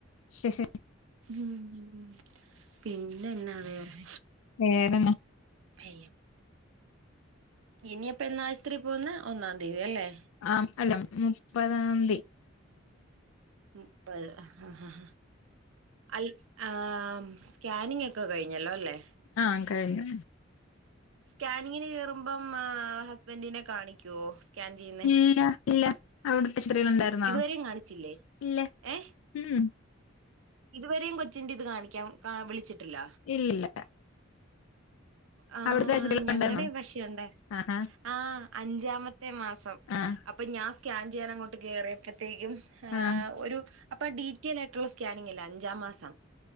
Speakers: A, on the left; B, on the right.
A: ശഹ
B: ഉം പിന്ന എന്നാ വേറെ
A: വേറെന്ന
B: ഉം ഇനിയിപ്പ എന്നാ ആശുത്രീ പോന്ന ഒന്നാം തീയതി അല്ലേ
A: ആഹ് അല്ല മുപ്പതാംതി
B: മുപ്പത് ആഹ് അൽ ആഹ് സ്കാനിങ് ഒക്കെ കഴിഞ്ഞല്ലോ ല്ലേ
A: ആഹ് കഴഞ്ഞു
B: സ്കാനിങ്ങിന് കെയറുമ്പം ഹസ്ബൻഡിനെ കാണിക്കുവോ സ്കാൻ ചെയ്യുന്നെ
A: ഇല്ല ഇല്ല അവിടുത്തെ ശ്ത്രിലു ണ്ടായിരുന്നോ
B: ഇതുവരെയും കാണിച്ചില്ലേ
A: ഇല്ല
B: ഏഹ്
A: ഇല്ല ഉം
B: ഇതുവരെയും കൊച്ചിന്റെ ഇത് കാണിക്കാം കാണാൻ വിളിച്ചിട്ടില്ല
A: ഇല്ലില്ല
B: ആ
A: അവിടുത്തെ ആശുപത്രിയിൽ
B: ഞങ്ങടെ
A: ഉണ്ടായിരുന്നോ
B: പഷേ ഒണ്ട്
A: ആഹാ
B: ആഹ് അഞ്ചാമത്തെ മാസം
A: ആഹ്
B: ഇപ്പൊ ഞാൻ സ്കാൻ ചെയ്യാൻ അങ്ങോട്ട് കേയറിയപ്പോഴത്തേക്കും
A: ആഹ്
B: ഒരു അപ്പൊ ഡീറ്റെയിലായിട്ടുള്ള സ്കാനിങ് ഇല്ലേ അഞ്ചാം മാസം